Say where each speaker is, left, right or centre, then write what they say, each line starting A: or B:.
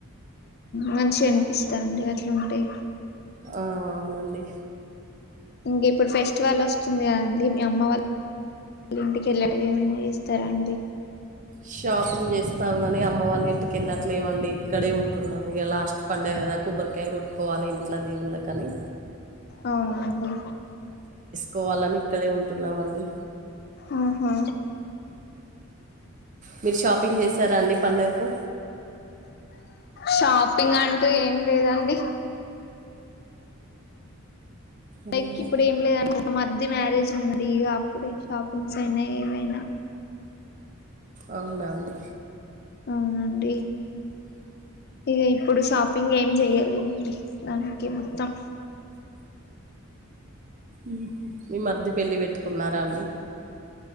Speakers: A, on the left; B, on the right.
A: మంచిగ అనిపిస్తంది అట్లుంటే
B: ఆ అవునండి
A: ఇంక ఇప్పుడు ఫెస్టివల్ వస్తుంది కదండి మీ అమ్మ వాళ్ళ ఇంటికెళ్ళేక ఏమైనా చేస్తారా అండి
B: షాపింగ్ చేస్తాం గాని అమ్మ వాళ్ళ ఇంటికెళ్ళట్లేమండి ఇక్కడే ఉంటున్నాం ఇక లాస్ట్ పండగ కదా ఇంకా కొబ్బరికాయ కొట్టుకోవాలి ఇంట్లో దేవుళ్ళకని
A: అవునా అండి
B: కోవాలని ఇక్కడే ఉంటున్నాం అండి
A: ఉహూ
B: మీరు షాపింగ్ చేసారా అండి పండక్కు
A: షాపింగ్ అంటే ఏం లేదండి
B: అవును
A: లైక్ ఇప్పుడు ఏం లేదండి ఒక మధ్య మ్యారేజ్ ఉందండి ఇక అప్పుడే షాపింగ్స్ అయినా ఏవైనా
B: అవునా అండి
A: అవునండి ఇక ఇప్పుడు షాప్ పింగ్ ఏం చెయ్యలేమండి దానికే మొత్తం
B: ఉహూ మీ మర్ది పెళ్లి పెట్టుకున్నారా అండి